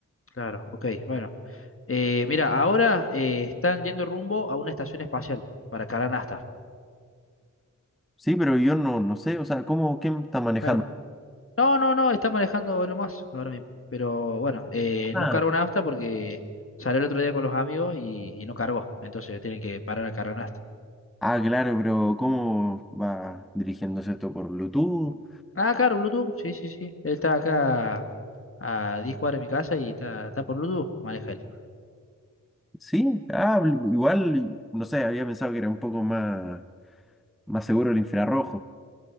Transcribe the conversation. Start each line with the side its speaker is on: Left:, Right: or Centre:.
Left: Claro, ok, bueno. Eh, mira, ahora eh, están yendo rumbo a una estación espacial para Caranasta.
Centre: Sí, pero yo no, no sé, o sea, ¿cómo, quién está manejando?
Left: Claro. No, no, no, está manejando lo más ahora mismo. Pero bueno, eh,
Centre: Ah,
Left: no cargó nafta porque salió el otro día con los amigos y, y no cargó. Entonces tienen que parar a cargar Caranasta.
Centre: ah, claro, pero ¿cómo va dirigiéndose esto por Bluetooth?
Left: Ah, claro, Bluetooth, sí, sí, sí. Él está acá a 10 cuadras de mi casa y está, está por Bluetooth, maneja él.
Centre: Sí, ah, blu- igual, y- no sé, había pensado que era un poco más, más seguro el infrarrojo.